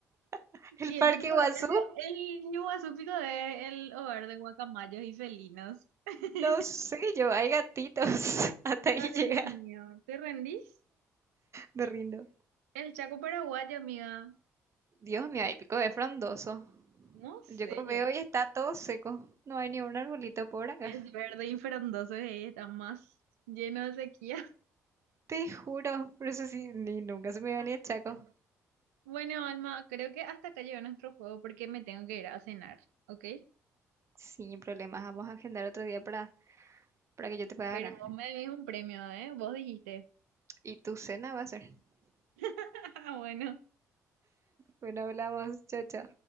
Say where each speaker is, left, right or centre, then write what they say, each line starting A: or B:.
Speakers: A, on the right; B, on the right.
A: <laughs> ¿El
B: Y
A: parque
B: ese pico,
A: Guazú?
B: ese- el Ñuazú pico es el hogar de guacamayos y felinos. <laughs>
A: No sé yo, hay gatitos. <laughs> Hasta ahí
B: Ay,
A: llega.
B: Dios mío. ¿Te rendís?
A: Me rindo.
B: El Chaco paraguayo, amiga.
A: Dios mío, hay pico de frondoso.
B: No
A: Yo
B: sé
A: co- veo
B: yo.
A: y está todo seco. No hay ni un arbolito por acá.
B: Es verde y frondoso y está más lleno de sequía. <laughs>
A: Te juro. Por eso sí, ni nunca se me iba
B: Ah,
A: ni el
B: sí,
A: chaco.
B: ya no. Bueno, Alma, creo que hasta acá llegó nuestro juego porque me tengo que ir a cenar, ¿ok?
A: Sin problemas, vamos a agendar otro día para, para que yo te pueda
B: Pero
A: ganar.
B: vos me debes un premio, ¿eh? Vos dijiste.
A: Y tu cena va a ser.
B: <laughs> Ah, bueno.
A: Bueno, hablamos. Chao, chao.